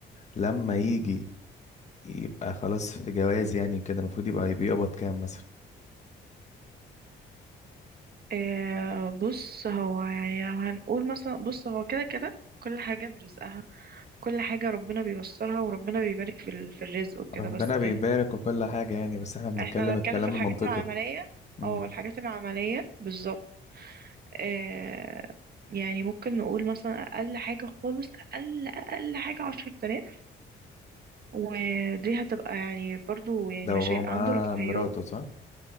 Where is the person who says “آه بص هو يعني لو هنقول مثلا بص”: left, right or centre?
Right